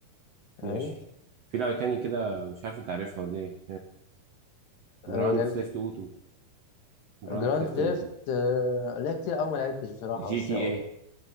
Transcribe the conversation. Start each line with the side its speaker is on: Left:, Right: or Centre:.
Left: فاهم
Right: ماشي في لعبة تاني كده مش عارف انت عارفها ولا ايه
Left: آه
Right: جراند
Left: لعبه
Right: ثيفت
Left: ايه
Right: اوتو جراند
Left: جراند
Right: ثيفت
Left: ثيفت
Right: اوتو
Left: آه لعبة كتير قوي ما لعبتش بصراحه
Right: جي
Left: بس
Right: تي إيه.